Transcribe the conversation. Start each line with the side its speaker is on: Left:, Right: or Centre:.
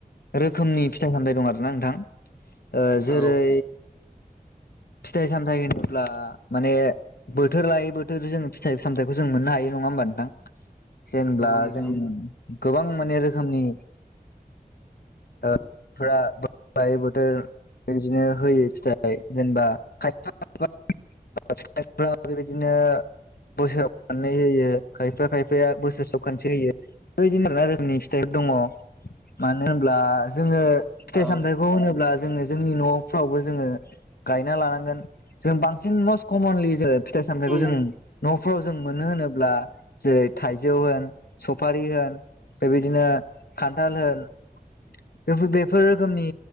Left: रोखोमनि फिथाइ सामथाइ दं आरो ना नोंथां ओह जेरै
Centre: औ
Left: फिथाइ सामथाइ होनोब्ला माने बोथोर लायै बोथोर जोङो फिथाइ सामथाइखौ जों मोननो हायो नङा होमबा नोंथां जेनेब्ला
Centre: नोंथां
Left: जों गोबां माने रोखोमनि ओह बायै बोथोर बिदिनो होयो फिथाइ जेनेबा खायफा खायफा बेबायदिनो बोसोराव फिथाइ होयो खायफा खायफाया बोसोर सबखान्से होयो बेदिनो माना रोखोमनि फिथाइफोर दङ मानो होनब्ला जोङो फिथाइ
Centre: औ नंगौ नोंथां औ
Left: सामथाइखौ होनोब्ला जोङो जोंनि न'फ्रावबो जोङो गायना लानांगोन जों बांसिन मस्ट कमनलि जोङो फिथाइ सामथाइखौ
Centre: औ
Left: जों न'फोराव जों मोनो होनोब्ला जेरै थाइजौ होन सफारि होन बेबायदिनो खान्थाल होन बे बेफोर रोखोमनि